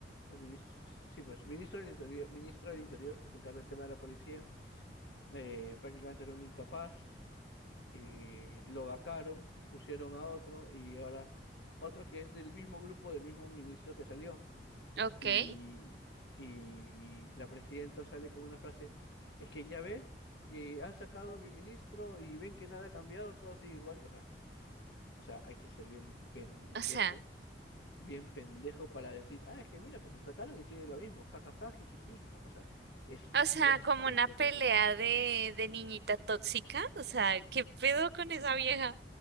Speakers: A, on the left (about 80°); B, on the right (about 65°).
A: o ministro... Sí, sí, pues ministro del Interior, ministro del Interior que se encarga del tema de la policía, eh, prácticamente era un incapaz eh, lo vacaron, pusieron a otro y ahora otro que es del mismo grupo, del mismo ministro que salió.
B: Ok.
A: Y, y la presidenta sale con una frase, es que ya ves que han sacado a mi ministro y ven que nada ha cambiado, todo sigue igual. O sea, o sea, hay que ser bien pendejo,
B: O sea,
A: bien pendejo para decir, ah, es que mira, pero lo sacaron y sigue lo mismo, jajaja, jijiji. No, o sea, es bien
B: o sea, como
A: pendejo
B: una pelea
A: decir eso.
B: de, de niñita tóxica. O sea, ¿qué pedo con esa vieja?